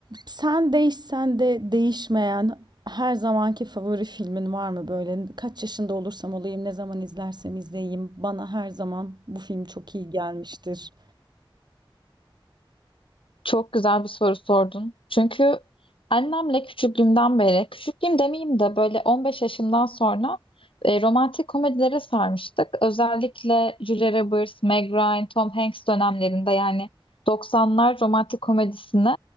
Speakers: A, on the right; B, on the left.
A: Sen değişsen de değişmeyen her zamanki favori filmin var mı böyle? Kaç yaşında olursam olayım, ne zaman izlersem izleyeyim. Bana her zaman bu film çok iyi gelmiştir.
B: Çok güzel bir soru sordun. Çünkü annemle küçüklüğümden beri, küçüklüğüm demeyeyim de böyle 15 yaşımdan sonra e, romantik komedilere sarmıştık. Özellikle Julia Roberts, Meg Ryan, Tom Hanks dönemlerinde yani 90'lar romantik komedisini